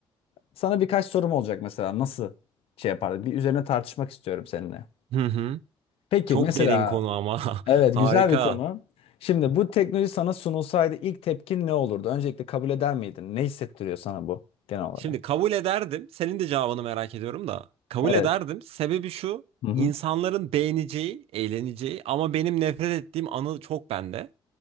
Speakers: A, on the left; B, on the right.
A: Sana birkaç sorum olacak mesela nasıl şey yapardın? Bir üzerine tartışmak istiyorum seninle.
B: Hı hı.
A: Peki
B: Çok
A: mesela
B: derin konu ama. <laughs>
A: Evet,
B: Harika.
A: güzel bir konu. Şimdi bu teknoloji sana sunulsaydı ilk tepkin ne olurdu? Öncelikle kabul eder miydin? Ne hissettiriyor sana bu genel olarak?
B: Şimdi kabul ederdim. Senin de cevabını merak ediyorum da. Kabul
A: Evet.
B: ederdim. Sebebi şu.
A: Hı hı.
B: insanların beğeneceği, eğleneceği ama benim nefret ettiğim anı çok bende.